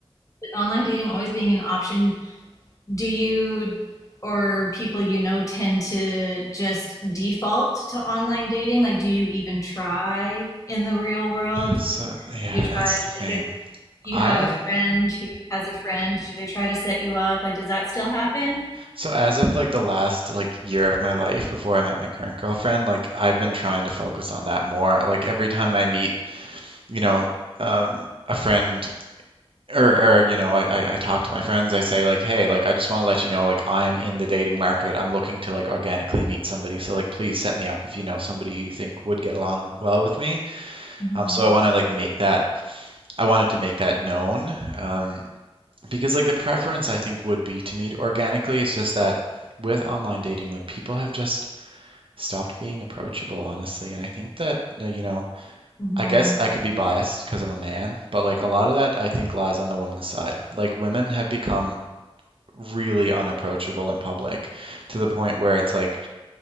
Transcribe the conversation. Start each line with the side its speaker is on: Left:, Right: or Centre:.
Left: online dating always being an option, do you or people you know tend to just default to online dating? Like, do you even try in the real world?
Right: So yeah,
Left: you try
Right: that's the thing.
Left: like if you
Right: I
Left: have a friend who has a friend, do they try to set you up? Like, does that still happen?
Right: so as of like the last like year of my life before I met my current girlfriend, like I've been trying to focus on that more. Like every time I meet, you know, um a friend or or you know, I I, I talk to my friends, I say like, "Hey, like I just want to let you know like I'm in the dating market. I'm looking to like organically meet somebody. So like please set me up if you know somebody who you think would get along well with me."
Left: Mhm.
Right: Um so I want to like make that I wanted to make that known. Um because like the preference I think would be to meet organically. It's just that with online dating, like people have just stopped being approachable, honestly. And I think that, uh, you know,
Left: Mhm.
Right: I guess I could be biased because I'm a man, but like a lot of that I think lies on the woman's side. Like women have become really unapproachable in public to the point where it's like